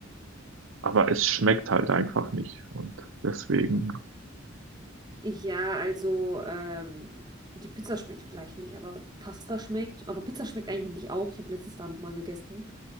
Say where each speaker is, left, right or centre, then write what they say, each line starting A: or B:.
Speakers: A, on the right; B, on the right.
A: Aber es schmeckt halt einfach nicht. Und deswegen,
B: ja, also ähm, die Pizza schmeckt vielleicht nicht, aber Pasta schmeckt. Aber Pizza schmeckt eigentlich auch. Ich habe letztens da nochmal gegessen.